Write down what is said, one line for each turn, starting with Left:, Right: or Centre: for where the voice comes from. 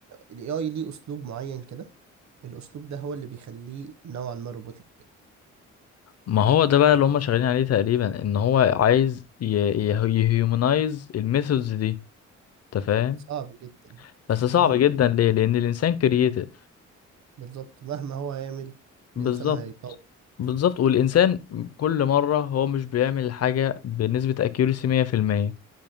Right: الاي اي ليه اسلوب معين كده الاسلوب ده هو اللي بيخليه نوعا ما روبوتك
Left: ما هو ده بقى اللي هم شغالين عليه تقريبا ان هو عايز يهيومنايز الميثودز دي انت فاهم
Right: صعب جدا
Left: بس صعب
Right: صعب
Left: جدا
Right: جدا
Left: ليه لان الانسان كرييتيف
Right: بالظبط مهما هو يعمل
Left: بالظبط
Right: الانسان هيتطور
Left: بالظبط والانسان كل مره هو مش بيعمل حاجه بنسبه اكيوريسي 100%